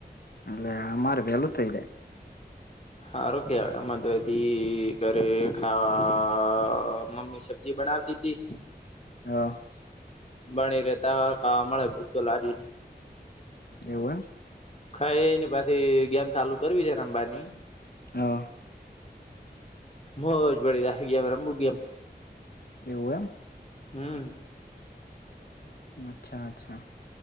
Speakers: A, on the left; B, on the left.
A: અલ્યા અમારે વેલુ થઈ જાય
B: હારુ કેવાય અમાર તો હજી ઘરે ખા મમ્મી સબ્જી બનાવતી. જી જી.
A: હા.
B: બણી રે ટેન ખાવા મળે ભૂખ તો લાદી છે.
A: એવું એમ.
B: ખાઈને પછી ગેમ ચાલુ કરવી છે રમવાની.
A: હ.
B: મોજ પડી જાય ગેમ રમું ગેમ એમ.
A: એવું એમ.
B: હમ્મ.
A: અચ્છા અચ્છા.